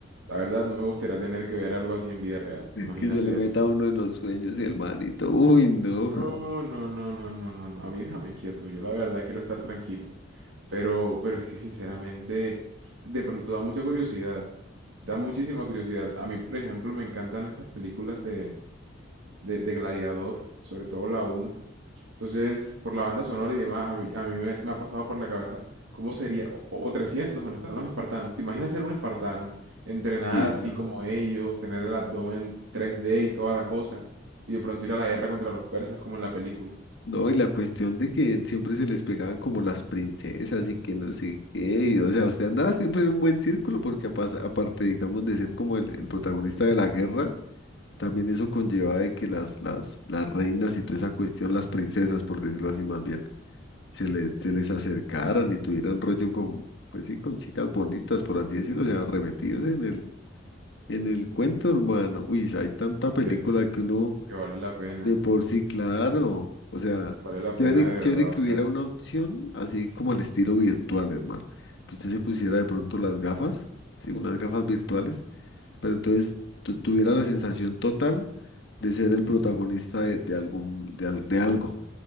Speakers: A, on the right; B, on the left.
A: la verdad, no me gustaría tener que ver algo así en vida real. Imagínate
B: que se le meta
A: eso.
B: a uno en los sueños y el manito, uy, no.
A: No, no, no, no, no, no, no. A mí déjame quieto. Yo la verdad quiero estar tranquilo. Pero, pero es que sinceramente, de pronto da mucha curiosidad. Da muchísima curiosidad. A mí, por ejemplo, me encantan estas películas de, de, de Gladiador, sobre todo la uno Entonces, por la banda sonora y demás, a mí, a mí me, me ha pasado por la cabeza cómo sería, o, o 300, donde están los espartanos. ¿Te imaginas ser un espartano, entrenar
B: Y
A: así
B: eso.
A: como ellos, tener el abdomen tres d y toda la cosa, y de pronto ir a la guerra contra los persas como en la película?
B: No, y la cuestión de que siempre se les pegaban como las princesas y que no sé qué, y, o sea, usted andaba siempre en un buen círculo porque apas- aparte, digamos, de ser como el, el protagonista de la guerra, también eso conllevaba de que las, las, las reinas y toda esa cuestión, las princesas, por decirlo así más bien, se les, se les acercaran y tuvieran rollo con, pues sí, con chicas bonitas, por así decirlo, o sea, remetidos en el, en el cuento, hermano. Uy, hay tanta película
A: Que,
B: que uno...
A: que vale la pena,
B: De por sí, claro. O sea,
A: vale la pena
B: chévere,
A: de
B: chévere
A: verdad,
B: que
A: o sea.
B: hubiera una opción así como al estilo virtual, hermano. Que usted se pusiera de pronto las gafas, ¿sí? Unas gafas virtuales, pero entonces tu- tuviera la sensación total de ser el protagonista de, de algún, de, al- de algo,